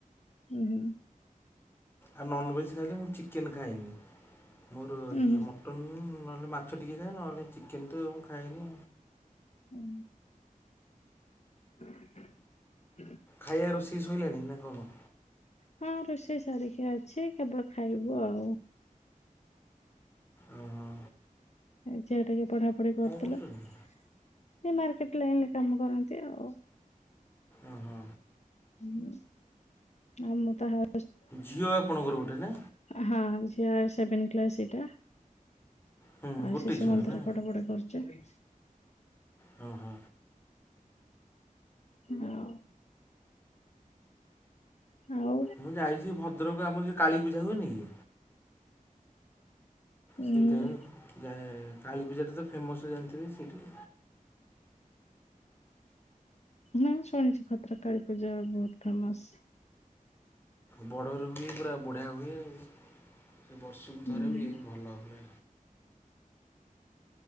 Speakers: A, on the left; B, on the left.
A: ହୁଁ ହୁଁ।
B: ଆଉ ନନଭେଜ୍ ଖାଇଲେ ମୁଁ ଚିକେନ୍ ଖାଏନି ମୋର ଇଏ
A: ଉଁ
B: ମ ମଟନ୍ ନହେଲେ ମାଛ ଟିକେ ଖାଏ ନହେଲେ ଚିକେନ୍ ତ ମୁଁ ଖାଏନି।
A: ହୁଁ। ହ <inaudible>
B: ଖାଇବା ରୋଷେଇ ସଇଲାଣି ନା କଣ?
A: ହଁ ରୋଷେଇ ସାରିକି ଅଛି କେବଳ ଖାଇବୁ ଆଉ।
B: ଓ ହୋ।
A: ଝିଅ ଟିକେ ପଢ଼ାପଢ଼ି କରୁଥିଲା
B: କରୁଛନ୍ତି
A: ସେ ମାର୍କେଟ ଲାଇନ୍ ରେ କାମ କରନ୍ତି ଆଉ।
B: ଓ ହୋ।
A: ହୁଁ ଆଉ ମୁଁ ତା ହା
B: ଝିଅ ଆପଣଙ୍କର ଗୋଟେ ନା?
A: ହଁ ଝିଅ ସେଭେନ୍ କ୍ଲାସ୍ ଏଇଟା।
B: ହୁଁ
A: ଆଉ
B: ଗୋଟେ
A: ଶିଶୁ
B: ଝିଅ
A: ମନ୍ଦିର
B: ନା
A: ପଢ଼ାପଢ଼ି କରୁଛି।
B: ହଁ ହଁ।
A: ଆଉ। ଆଉ
B: ମୁଁ ଯାଇଛି ଭଦ୍ରକ ଆମର ଯୋଉଁ କାଳୀପୂଜା ହୁଏନି କି।
A: ଉଁ
B: ସେଇ ଟାଇମ ଯାଏ କାଳୀପୂଜାଟା ତ ଫେମସ ହୁଏ। ଜାଣିଥିବେ ସେଇଠି।
A: ହଁ ଶୁଣିଛି ଭଦ୍ରକ କାଳୀପୂଜା ବହୁତ ଫେମସ।
B: ବଡରେ ହୁଏ ପୁରା ବଢିଆ ହୁଏ। ଆଉ ସେ ବର୍ଷକୁ
A: ହୁଁ
B: ଥରେ ହୁଏ ଭଲ ହୁଏ।